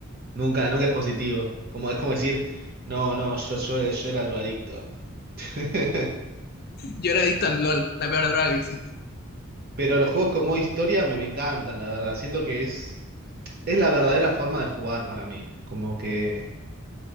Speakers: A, on the right; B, on the left.
A: nunca, nunca es positivo. Como, es como decir, no, no, yo, yo, yo era drogadicto. <laughs>
B: Yo era adicto al LOL, la peor droga que existe.
A: Pero los juegos con modo historia me, me encantan, la verdad. Siento que es, es la verdadera forma de jugar para mí. Como que